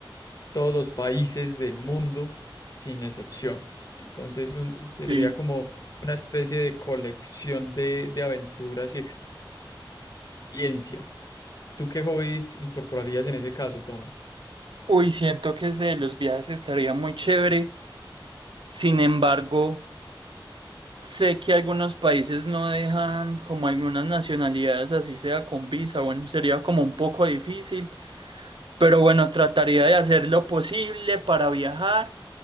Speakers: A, on the left; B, on the right.
A: todos los países del mundo sin excepción. Entonces un- sería
B: Sí.
A: como una especie de colección de, de aventuras y experiencias. ¿Tú qué hobbies incorporarías en ese caso, Tomás?
B: Uy, siento que ese los viajes estaría muy chévere. Sin embargo, sé que algunos países no dejan como algunas nacionalidades, así sea con visa. Bueno, sería como un poco difícil. Pero bueno, trataría de hacer lo posible para viajar